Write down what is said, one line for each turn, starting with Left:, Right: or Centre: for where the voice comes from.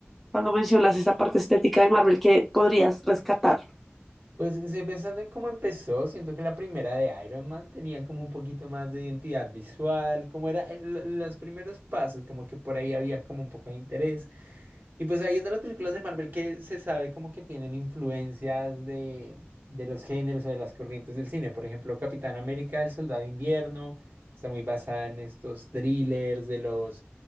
Centre: cuando mencionas esa parte estética de Marvel que podrías rescatar.
Right: Pues estoy pensando en cómo empezó, siento que la primera de Iron Man tenía como un poquito más de identidad visual, como era el- los primeros pasos, como que por ahí había como un poco de interés. Y pues hay otras películas de Marvel que se sabe como que tienen influencias de, de los géneros o de las corrientes del cine. Por ejemplo, Capitán América, El Soldado de Invierno, está muy basada en estos thrillers de los